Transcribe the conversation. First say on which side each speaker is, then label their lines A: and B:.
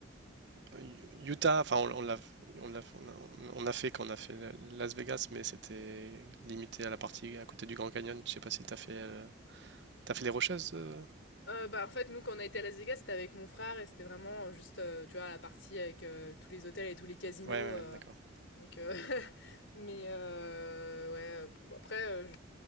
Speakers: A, on the right; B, on the left.
A: euh, Utah, enfin, on, on l'a, on l'a- on a on a fait quand on a fait Las Vegas, mais c'était limité à la partie à côté du Grand Canyon. Je sais pas si t'as fait, euh, t'as fait les Rocheuses. euh
B: Heu, bah, en fait, nous, quand on a été à Las Vegas, c'était avec mon frère et c'était vraiment, heu, juste, heu, tu vois, la partie avec, heu, tous les hôtels et tous les casinos,
A: Ouais, ouais,
B: euh,
A: ouais, d'accord.
B: Donc, euh, <laughs> mais euh, ouais, bon, après, euh,